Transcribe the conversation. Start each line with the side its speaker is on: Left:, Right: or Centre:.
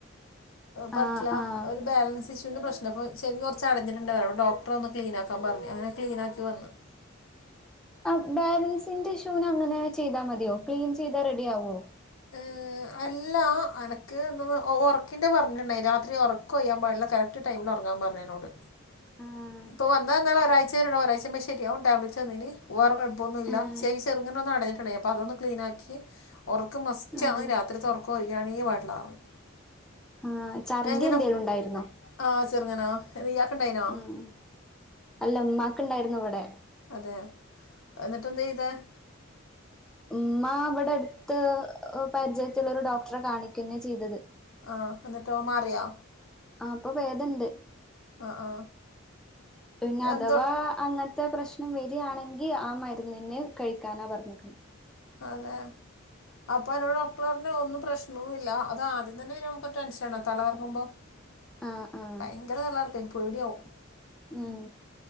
Left: പർറ്റില്ല.
Centre: ആഹ് ആഹ്
Left: ഒരു ബാലൻസ് ന്റെ പ്രശ്നം. പ്പോ ചെവി കുറച്ചടഞ്ഞിട്ടുണ്ടാരുന്നു. അപ്പോ ഡോക്ടറൊന്ന് ക്ലീനാക്കാൻ പറഞ്ഞ്. അങ്ങനെ ക്ലീനാക്കി വന്നു. <inaudible>
Centre: അഹ് ബാലൻസിന്റെ ഇഷ്യൂന് അങ്ങനെ ചെയ്താമതിയോ. ക്ലീൻ ചെയ്താ റെഡി ആവോ.
Left: ഏഹ്... അല്ല. എനക്ക് എന്തോ ഉറക്കിന്റെ പറഞ്ഞിട്ടുണ്ടായിരുന്നു. രാത്രി ഉറക്ക് ഒഴിയാൻ പാടില്ല. കറ കറക്ട് ടൈമില് ഒറങ്ങാൻ പറഞ്ഞിനു എന്നോട്.
Centre: ആഹ്
Left: ഇപ്പോൾ വന്നത് എന്താലും ഒരാഴ്ച വരെ ഉണ്ടാവും. ഒരാഴ്ച് കഴിയുമ്പോൾ ശരിയാവും. ടാബ്‌ലറ്റ് തന്നീനി. വേറെ കുഴപ്പമൊന്നുല്ല.
Centre: ആഹ്
Left: ചെവി ചെറുങ്ങനൊന്ന് അടഞ്ഞിട്ടുണ്ടേനി. അപ്പോ അതൊന്ന് ക്ലീനാക്കി. ഉറക്കം മസ്റ്റാണ്.
Centre: ആഹ്
Left: രാത്രിത്തെ ഉറക്കം ഒഴിയാനേ പാടില്ലാന്നു പറഞ്ഞിന്.
Centre: ആഹ് ഛർദി
Left: ഞാൻ ഇങ്ങനെ, പനി എന്തേലും
Centre: ഉണ്ടായിരുന്നോ
Left: ഉണ്ടായീനിയോ? ആഹ് ചെറുങ്ങനാ. ഇയാൾക്കിണ്ടായീന്യോ.
Centre: ആഹ് അല്ല. ഉമ്മാക്ക് ണ്ടായിരുന്നു. ഇവടെ
Left: അതെ. ഏഹ് ന്നിട്ട് എന്താ ചെയ്ത.
Centre: ഉമ്മ ഇവിടെ അടുത്ത്, പരിചയത്തിലൊരു ഡോക്ടറെ കാണിക്ക ന്നേ ചെയ്തത്.
Left: ആഹ് ന്നിട്ടോ, മാറിയൊ.
Centre: ആഹ് ഇപ്പൊ പേദണ്ട്.
Left: ആ ആ
Centre: പിന്നഥവാ
Left: എന്തോ
Centre: അങ്ങൻത്തെ പ്രശ്നം വേരാണെങ്കി ആ മര്ന്നെ ന്നെ കഴിക്കാനാ പറഞ്ഞെക്ക്ണെ.
Left: അതെ അപ്പന്നോട് ഡോ പ്പ ർഞ് ഒന്നുംപ്രശ്നോന്ന്ല്ല. അത്ആദ്യം തന്നെ നമുക്ക് ടെൻഷൻണ്ടാകും. തലകറങ്ങുമ്പോ
Centre: ആഹ് ആഹ്
Left: ഭയങ്കര തലകറക്കെനി. പേടിയാവും.
Centre: ഉം.